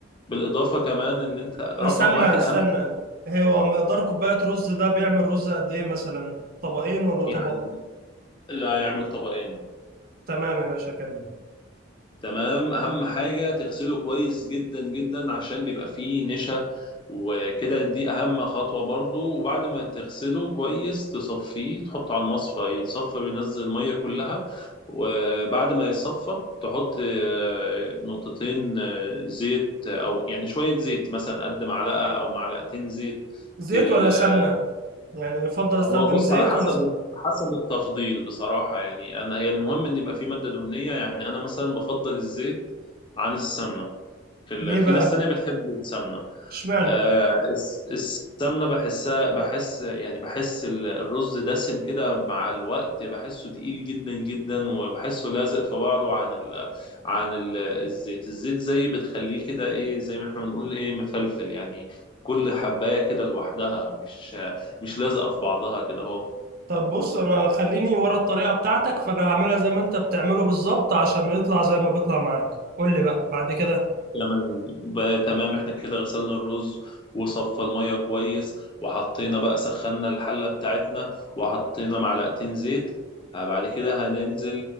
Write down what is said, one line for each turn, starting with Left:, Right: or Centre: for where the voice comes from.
Left: بالإضافة كمان إن أنت
Right: استنى
Left: رقم واحد
Right: استنى
Left: أهم حاجة
Right: هو مقدار كوباية رز ده بيعمل رز قد إيه مثلا طبقين ولا
Left: يعني
Right: طبق
Left: اللي هيعمل طبقين
Right: تمام يا باشا كمل
Left: تمام اهم حاجه تغسله كويس جدا جدا عشان بيبقى فيه نشا وكده دي اهم خطوه برضو وبعد ما تغسله كويس تصفيه تحطه على المصفى يتصفى بينزل الميه كلها وبعد ما يتصفى تحط آه، نقطتين آه، زيت او يعني شويه زيت مثلا قد معلقه او معلقتين زيت
Right: زيت
Left: في ال-
Right: ولا
Left: آه،
Right: سمنة يعني يفضل استخدم
Left: هو بص
Right: زيت
Left: على حسب
Right: ولا سمنة
Left: حسب التفضيل بصراحة يعني أنا هي المهم إن يبقى في مادة دهنية يعني أنا مثلا بفضل الزيت عن السمنة في ال...
Right: ليه
Left: في
Right: بقى
Left: ناس تانية بتحب السمنة
Right: اشمعنى
Left: آه الس- السمنة بحسها بحس يعني بحس ال- الرز دسم كده مع الوقت بحسه تقيل جدا جدا وبحسه لازق في بعضه عن ال... عن ال... الزيت الزيت زي بتخليه كده إيه زي ما إحنا بنقول إيه مفلفل يعني كل حباية كده لوحدها مش مش لازقة في بعضها كده أهو
Right: طب بص انا خليني ورا الطريقه بتاعتك فانا هعملها زي ما انت بتعمله بالظبط عشان يطلع زي ما بيطلع معاك قول لي بقى بعد كده
Left: تمام بقى تمام احنا كده غسلنا الرز وصفى المية كويس وحطينا بقى سخنا الحلة بتاعتنا وحطينا معلقتين زيت آه، بعد كده هننزل